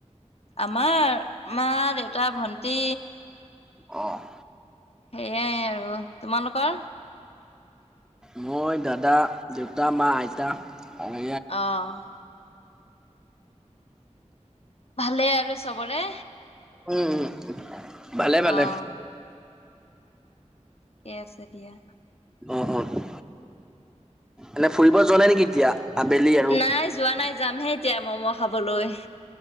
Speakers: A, on the left; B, in the centre.
A: আমাৰ মা দেউতা ভন্টি।
B: অ'।
A: সেইয়াই আৰু তোমালোকৰ?
B: মই দাদা দেউতা মা আইতা আৰু
A: অঁ'। ভালে আৰু চবৰে?
B: উম, ভালে ভালে।
A: অ',
B: <inaudible>
A: ঠিকে আছে দিয়া।
B: উ উ এনে ফুৰিব যোৱা নাই নেকি এতিয়া? আবেলি আৰু
A: নাই যোৱা নাই যামহে এতিয়া ম'ম' খাবলৈ।